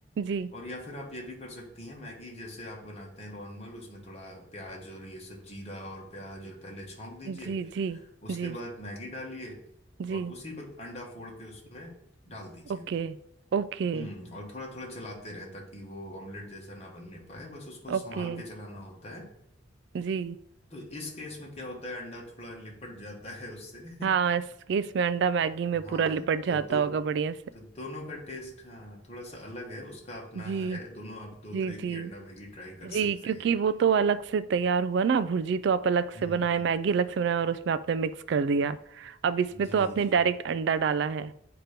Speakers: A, on the right; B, on the left.
A: जी
B: और या फिर आप ये भी कर सकती हैं मैगी जैसे आप बनाते हैं नॉर्मल उसमें थोड़ा प्याज और ये सब जीरा और प्याज और पहले छौंक दीजिए
A: जी जी
B: उसके
A: जी
B: बाद मैगी डालिए
A: जी
B: और उसी वक्त अंडा फोड़ के उसमें डाल दीजिए
A: ओके Okay
B: हम्म और थोड़ा थोड़ा चलाते रहें ताकि वो ऑमलेट जैसा ना बनने पाए बस उसको संभाल
A: okay
B: के चलाना होता है
A: जी
B: तो इस केस में क्या होता है अंडा थोड़ा लिपट जाता है उससे <laughs>
A: हाँ इस केस में अंडा मैगी में पूरा
B: हाँ
A: लिपट जाता
B: तो दोनों
A: होगा बढ़िया से
B: तो दोनों का टेस्ट हाँ थोड़ा सा अलग है उसका अपना
A: जी
B: है दोनों आप दो
A: जी
B: तरह
A: जी
B: की अंडा मैगी ट्राई कर
A: जी
B: सकते
A: क्योंकि
B: हैं
A: वो तो अलग से तैयार हुआ ना भुर्जी तो आप अलग
B: हम्म
A: से बनाए
B: हम्म
A: मैगी अलग से बनाए और उसमें आपने मिक्स कर दिया अब इसमें
B: जी
A: तो आपने
B: जी
A: डायरेक्ट अंडा डाला है